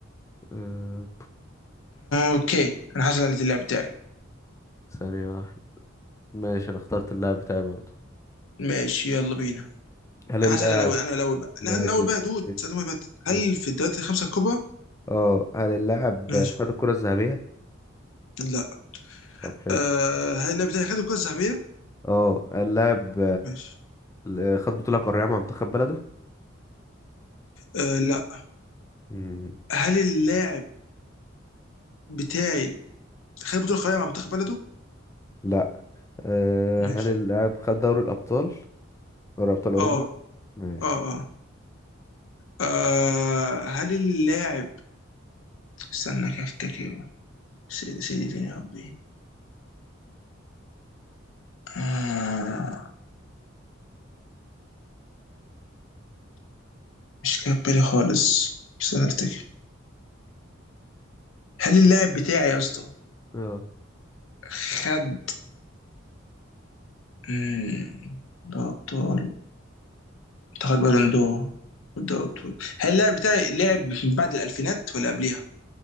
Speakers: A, on the left; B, on the left.
A: آه،
B: اوكي انا حاسس ان اللعب بتاعي
A: ثانية واحدة ماشي انا اخترت اللاعب بتاعي برضه
B: ماشي يلا بينا
A: هل
B: انا
A: اللاعب
B: حاسس إن الاول انا الاول بقى
A: ماشي
B: لا انا الاول
A: اس
B: بقى يا دود
A: اس
B: ساعة ما فاتت هل
A: اس.
B: في الدوريات الخمسه الكبرى؟
A: اه هل اللاعب
B: ماشي
A: خد الكرة الذهبية
B: لا
A: طب حلو
B: أه هل اللاعب بتاعي خد الكره الذهبيه؟
A: اه هل اللاعب
B: ماشي
A: آه، خد بطولة قارية مع منتخب بلده
B: أه لا
A: مم.
B: هل اللاعب بتاعي خد بطولة قارية مع منتخب بلده
A: لا أه
B: ماشي
A: هل اللاعب خد دوري الأبطال دوري أبطال أوروبا
B: اه
A: ماشي
B: اه اه آه، هل اللاعب استنى كده افتكر سيدي سيدي تاني يا ربي آه مش جاي في بالي خالص استنى افتكر هل اللاعب بتاعي يا اسطى
A: اه
B: خد مم، ده ابطال انت خد بالون دور ده ابطال هل اللاعب بتاعي لعب من بعد الالفينات ولا قبلها؟